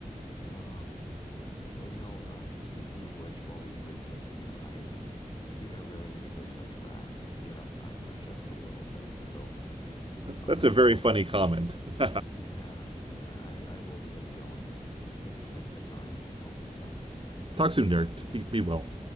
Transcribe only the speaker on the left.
Wow. Well, you know, um, speaking of which, of all these great places to hike, I think I really need to go touch grass and get outside for just a little bit. So I'm
gonna
go
Yeah, but I, I I will be getting going and thank you for making the time. I hope we can talk soon.